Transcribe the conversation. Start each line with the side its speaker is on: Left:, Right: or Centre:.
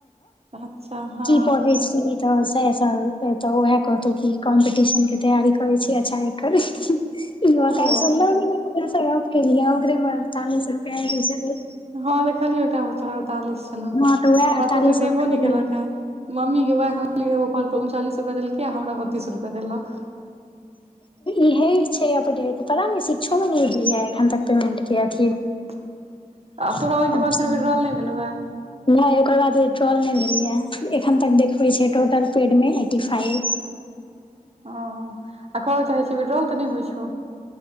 Right: अच्छा हँ
Left: कि पढय छी तऽ स तऽ तऽ ओएह कहतहुँ कि कॉम्पटिशनकेँ तैयारी करैत छीयेँ अच्छा एक यह
Right: ओ
Left: काल चलीरा सप केल य ओगरे बरत सप <unintelligible>
Right: हँ देख खाली ओ एकटा मे तोहर अरतालिस छलहुँ
Left: हँ तऽ वएह
Right: हमरा
Left: अड़तालीस
Right: तऽ ओते
Left: सौ
Right: देबो ने
Left: एकरे
Right: केल केँ मम्मी केँ वएह कहो उनचालीस देलक हमरा बतीस रुपआ देलक
Left: इहे छै अपडेट पता ने शिक्षोमे नलिय एखन तक पेमेंटकेँ अथी
Right: <inaudible> आ
Left: छ
Right: तोरा ओहिके बाद फेर
Left: न
Right: विड्रॉल नहि भेलौ हे
Left: ओकर बाद <unintelligible> ल एखन तक देखबै छै टोटल पेडमे एटी फाइव
Right: ओ आ करय चाहैत छिही विथड्रावल तऽ नहि होइत छौ